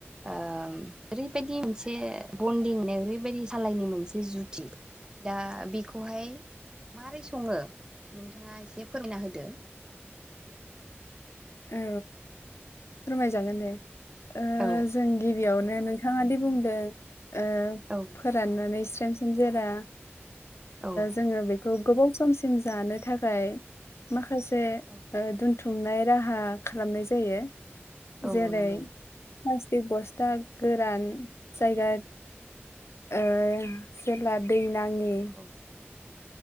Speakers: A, on the right; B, on the left.
A: ओम ओरैबायदि मोनसे बन्दिं ओरैबायदि सालायनि मोनसे जुथि दा बेखौहाय मारोरै सङो नोंथाङा एसे फोरमना होदो
B: औ फोरमायजागोन दे ओ
A: औ
B: जों गिबियावनो नोंथाङा दि बुंदों ओ
A: औ
B: फोराननानै स्रेम स्रेम जेरा
A: औ
B: जोङो बे खौ गोबाव समसिम जानो थाखाय माखासे
A: औ
B: ओ दोनथुमनाय राहा खालामनाय जायो
A: औ
B: जेरै
A: नंगौ नोंथां
B: प्लास्टिक बस्था गोरान जायगा ओ जला दै नाङि
A: औ